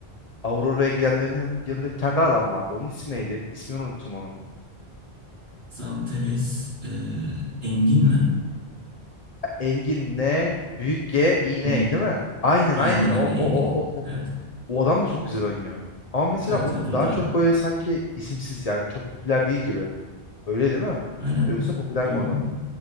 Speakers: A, on the left; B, on the right.
A: Aurora'ya gidenlerin yan- yanında bir tane daha adam vardı. Onun ismi neydi? İsmini unuttum onun.
B: Zanteres e, Engin mi?
A: Engin N, büyük G, iğne
B: N-
A: değil mi? Aynen
B: Aynen
A: aynen o
B: öyle
A: o
B: Engin.
A: o o. O
B: Evet.
A: O adam da çok güzel oynuyor. Ama mesela
B: Evet
A: o
B: evet o
A: daha
B: da.
A: çok böyle sanki isimsiz yani çok popüler değil gibi. Öyle değil mi?
B: Aynen.
A: Yoksa popüler
B: O,
A: mi o da?